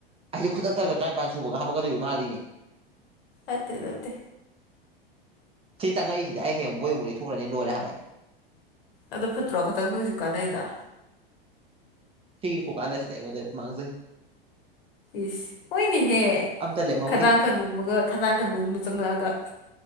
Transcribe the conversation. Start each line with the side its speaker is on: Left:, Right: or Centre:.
Right: ꯑꯩꯁ ꯈꯨꯗꯛꯇꯒ ꯇꯔꯥꯅꯤꯄꯥꯟ ꯁꯨꯕꯒ ꯍꯥꯞꯄꯛꯀꯗꯣꯏꯔꯤꯕ ꯃꯥꯜꯂꯤꯅꯦ
Left: ꯑꯠꯇꯦ ꯑꯗꯨꯠꯇꯦ
Right: ꯊꯩꯇꯥꯡꯉ ꯑꯩꯁꯤꯗꯤ ꯑꯥꯏ ꯍ ꯕꯌꯦꯝ ꯃꯡꯂꯩ ꯊꯧꯈꯅꯤ ꯂꯣꯏꯅ ꯍꯕꯥꯏ
Left: ꯑꯗꯣ ꯐꯠꯇ꯭ꯔꯣ ꯈꯛꯇꯪ ꯅꯣꯏꯁꯨ ꯀꯥꯟꯅꯩꯗ
Right: ꯁꯤ ꯀꯣ ꯀꯥꯟꯗꯁꯤꯗ ꯃ ꯃꯥꯥꯡꯒꯖꯩ
Left: ꯏꯁ ꯍꯣꯏꯅꯦꯍꯦ
Right: ꯑꯝꯇ ꯂꯦꯝꯍꯧꯗꯦ
Left: ꯈꯗꯥꯡ ꯈꯗꯣꯝꯃꯒ ꯈꯗꯥꯡ ꯈꯔ ꯅꯣꯕ ꯆꯪꯉꯛꯑꯒ